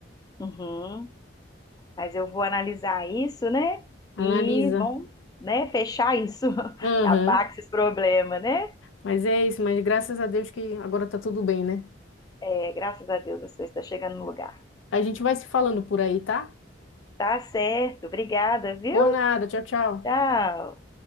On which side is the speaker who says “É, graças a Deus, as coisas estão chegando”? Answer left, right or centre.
Left